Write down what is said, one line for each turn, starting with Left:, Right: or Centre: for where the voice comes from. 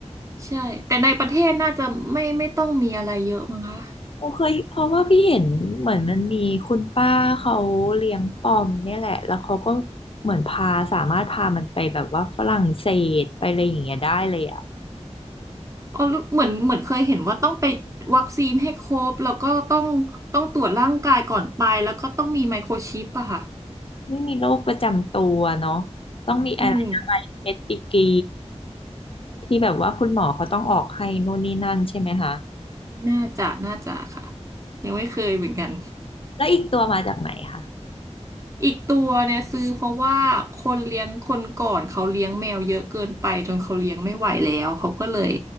Right: ใช่แต่ในประเทศน่าจะไม่ไม่ต้องมีอะไรเยอะมั้งคะ
Left: โอเคยเพราะว่าพี่เห็นเหมือนมันมีคุณป้าเขาเลี้ยงปอมเนี่ยแหละแล้วเขาก็เหมือนพาสามารถพามันไปแบบว่าฝรั่งเศสไปอะไรอย่างเงี้ยได้เลยอ่ะ
Right: อ๋อเหมือนเหมือนเคยเห็นว่าต้องไปวัคซีนให้ครบแล้วก็ต้องต้องตรวจร่างกายก่อนไปแล้วก็ต้องมีไมโครชิปอะค่ะ
Left: ไม่มีโรคประจำตัวเนาะต้องมีอะไรอะไรเอสอีกี
Right: อืม
Left: ที่แบบว่าคุณหมอเขาต้องออกให้นู่นนี่นั่นใช่ไหมคะ
Right: น่าจะน่าจะค่ะยังไม่เคยเหมือนกัน
Left: แล้วอีกตัวมาจากไหนคะ
Right: อีกตัวเนี่ยซื้อเพราะว่าคนเลี้ยงคนก่อนเขาเลี้ยงแมวเยอะเกินไปจนเขาเลี้ยงไม่ไหวแล้วเขาก็เลย